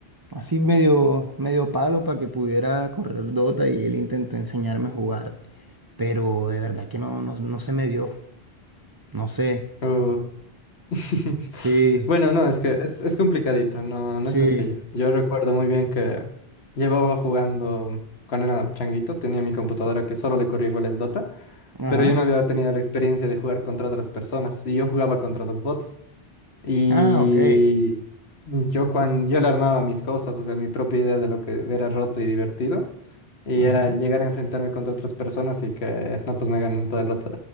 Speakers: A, on the right (about 30°); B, on the left (about 80°).
A: así medio, medio palo para que pudiera correr Dota y él intentó enseñarme a jugar. Pero de verdad que no, no, no se me dio. No sé.
B: Uh. <laughs>
A: Sí,
B: Bueno, no, es que es, es complicadito, no, no
A: sí.
B: es sencillo. Yo recuerdo muy bien que llevaba jugando cuando era changuito, tenía mi computadora que solo le corría igual el Dota,
A: Ajá.
B: pero yo no había tenido la experiencia de jugar contra otras personas y yo jugaba contra los bots. Y
A: Ah, ok.
B: yo cuando yo le armaba mis cosas, o sea, mi propia idea de lo que era roto y divertido, y
A: Ajá.
B: era llegar a enfrentarme contra otras personas y que no, pues me ganen todo el rato.